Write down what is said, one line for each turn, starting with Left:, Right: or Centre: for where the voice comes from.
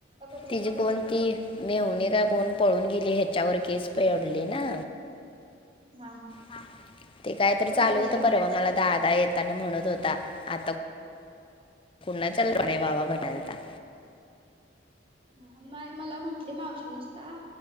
Right: पश्चाताप
Left: तिझी
Right: होतो.
Left: कोण ती मेहुणी का कोण पळून गेली ह्याच्यावर केस पेयडली ना
Right: हा हा
Left: हा हा ते काय तर
Right: होय
Left: चालू
Right: ह्याच्यावर
Left: हुतं परवा मला दादा येताना म्हणत होता आता <unintelligible>
Right: होय
Left: बाबा भेटलता.
Right: हा नाय मला म्हटली मावशी नुसता